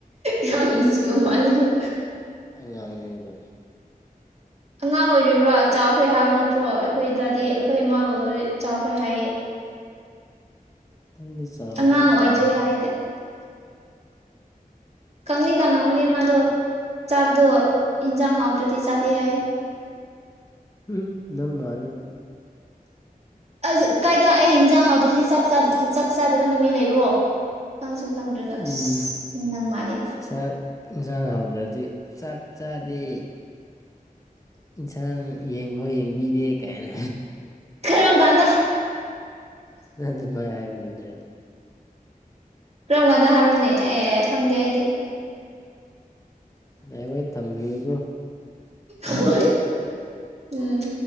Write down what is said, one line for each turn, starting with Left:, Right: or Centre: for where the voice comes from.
Right: ꯌꯥꯝꯅꯨꯡꯁꯤ ꯄꯋꯥꯂꯤ ꯀ
Left: ꯑ ꯑꯗꯨ ꯑꯗꯨ
Right: ꯑꯉꯥꯡ ꯑꯣꯏꯔꯤꯕ꯭ꯔꯥ ꯆꯥꯎꯈ꯭ꯔꯦ ꯍꯥꯏꯕ ꯅꯠꯇ꯭ꯔꯣ ꯑꯩꯈꯣꯏ ꯗꯥꯗꯤ ꯑꯩꯈꯣꯏ ꯏꯃꯥꯒꯣꯏ ꯑꯣꯏꯕ ꯆꯥꯎꯈ꯭ꯔꯦ ꯍꯥꯏꯌꯦ
Left: ꯅꯗꯤ ꯆꯥꯎꯕ꯭ꯔꯥ
Right: ꯑꯉꯥꯡ
Left: ꯆꯥꯎꯗꯕ꯭ꯔꯥ
Right: ꯑꯣꯏꯗ꯭ꯔꯦ ꯍꯥꯏꯗ ꯀꯪꯅꯤ ꯀꯪꯉꯉꯨꯅꯦ ꯃꯥꯗꯣ ꯆꯥꯛꯇꯣ ꯏꯟꯖꯥꯡ ꯍꯥꯎꯗ꯭ꯔꯗꯤ ꯆꯥꯗꯦ ꯍꯥꯏ
Left: ꯎꯝ ꯅꯪ ꯃꯥꯂ
Right: ꯑ ꯀꯥꯏꯗ ꯑꯩ ꯍꯤꯟꯖꯥꯡ ꯍꯥꯎꯗ꯭ꯔꯤꯁꯤ ꯆꯥꯛ ꯆꯥꯗꯕ ꯅꯨꯃꯤꯠ ꯂꯩꯕ꯭ꯔꯣ ꯈꯪꯁꯨ ꯈꯪꯗ꯭ꯔꯒ
Left: ꯎꯝ
Right: ꯑꯁ ꯅꯪ ꯃꯥꯜꯂꯦ ꯀꯥꯏ
Left: ꯆꯥꯛ ꯆꯒ ꯍꯗ꯭ꯔꯦ ꯆꯥꯛ ꯆꯥꯗꯦ ꯏꯟꯁꯥꯡ ꯌꯦꯡꯐꯥꯎ ꯌꯦꯡꯕꯤꯗꯦ ꯀꯥꯏꯅ
Right: ꯆ ꯀꯗ
Left: ꯅ ꯑꯗꯨ ꯃꯥꯏ ꯍꯥꯏꯕ ꯅꯠꯇ꯭ꯔꯦ
Right: ꯀꯔꯝ ꯀꯥꯟꯅ ꯍꯥꯏꯔꯣꯅꯦ ꯑꯦ ꯈꯪꯗꯦ ꯑꯩꯗꯤ
Left: ꯃꯉ ꯊꯝꯕꯤ ꯑ
Right: ꯍꯣꯏ ꯎꯝ